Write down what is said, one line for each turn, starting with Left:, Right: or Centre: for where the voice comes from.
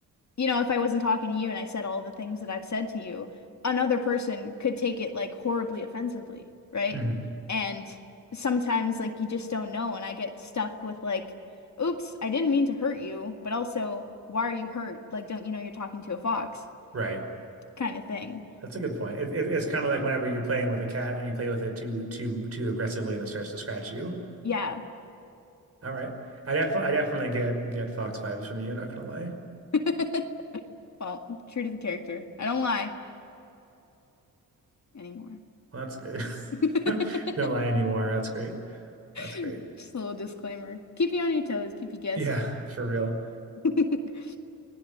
Left: you know, if I wasn't talking to you and I said all the things that I've said to you, another person could take it like horribly offensively, right?
Right: Mhm.
Left: And sometimes like you just don't know, and I get stuck with like, oops, I didn't mean to hurt you, but also, why are you hurt? Like, don't you know you're talking to a fox
Right: Right.
Left: kind of thing.
Right: That's a good point. It, it, it's kind of like whenever you're playing with a cat and you play with it too too too aggressively and it starts to scratch you.
Left: Yeah.
Right: All right. I definitely I definitely get get fox vibes from you, not gonna lie.
Left: <laughs> Well, true to the character. I don't lie anymore.
Right: Well, that's good.
Left: <laughs> Just
Right: <laughs> Don't lie anymore. That's great. That's
Left: a
Right: great.
Left: little disclaimer. Keep you on your toes, keep you guessing.
Right: Yeah, for real.
Left: <laughs>